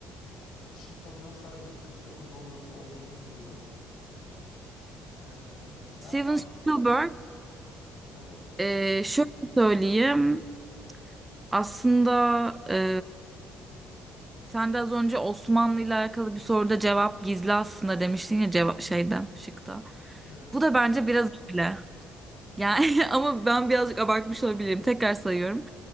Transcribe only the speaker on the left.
şıklardan sadece Christopher Nolan'ın olmadığını biliyorum. Ee, ben
A-
evet.
Evet.